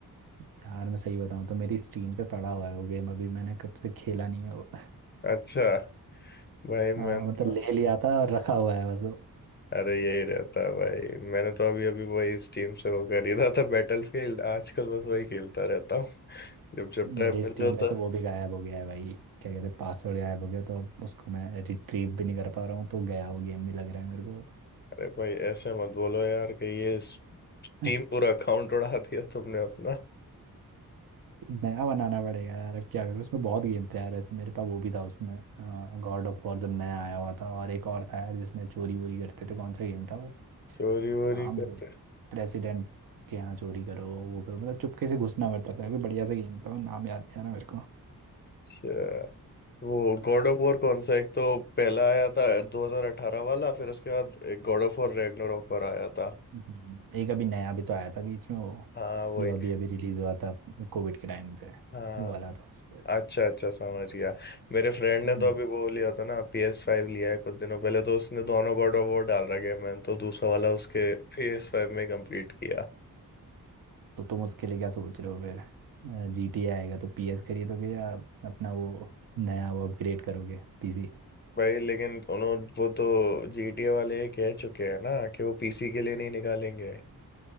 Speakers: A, on the right; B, on the left.
A: यार मैं सही बताऊँ तो मेरी स्ट्रीम पे पड़ा हुआ है वो गेम अभी मैंने कब से खेला नहीं है वो
B: अच्छा भाई मैं
A: हाँ मतलब
B: तो
A: ले लिया था और रखा हुआ है बस
B: अरे यही रहता है भाई मैंने तो अभी अभी वही स्टीम से वो खरीदा था बैटलफील्ड आजकल बस वही खेलता रहता हूँ जब जब टाइम
A: मेरी
B: मिल
A: स्टीम
B: जाता
A: में
B: है
A: तो वो भी गायब हो गया है भाई क्या कहते हैं पासवर्ड गायब हो गया तो अब उसको मैं रिट्रीव भी नहीं कर पा रहा हूँ तो गया वो गेम भी लग रहा है मेरे को
B: अरे भाई ऐसे मत बोलो यार कि ये स्टीम
A: <laughs>
B: पूरा अकाउंट उड़ा दिया तुमने अपना
A: नया बनाना पड़ेगा यार अब क्या करूँ उसमें बहुत गेम थे यार वैसे मेरे पास वो भी था उसमें गॉड ऑफ वॉर जब नया आया हुआ था और एक और था यार जिसमें चोरी वोरी करते थे कौन सा गेम था वो
B: चोरी वोरी
A: नाम
B: करते
A: वो प्रेसिडेंट के यहाँ चोरी करो वो करो मतलब चुपके से घुसना पड़ता था अभी बढ़िया सा गेम था वो नाम याद नहीं आ रहा मेरे
B: अच्छा वो गॉड ऑफ वॉर कौन सा एक तो पहला आया था 2018 वाला फिर उसके बाद एक गॉड ऑफ वॉर रैग्नारोक और आया था
A: हम्म, एक अभी नया भी तो आया था बीच में वो
B: हाँ वही
A: जो अभी अभी रिलीज हुआ था कोविड के टाइम पे
B: हाँ
A: वो वाला था उस पर
B: अच्छा अच्छा समझ गया मेरे फ्रेंड
A: हम्म,
B: ने तो अभी वो लिया था ना PS5 फाइव लिया है कुछ दिनों पहले तो उसने दोनों गॉड ऑफ वॉर डाल रखे हैं मैंने तो दूसरा वाला उसके PS5 फाइव में कंप्लीट किया
A: तो तुम उसके लिए क्या सोच रहे हो फिर जी टी आएगा तो पी एस खरीदोगे या अपना वो नया वो अपग्रेड करोगे पीसी
B: भाई लेकिन उन्होंने वो तो GTA वाले कह चुके हैं ना कि वो पीसी के लिए नहीं निकालेंगे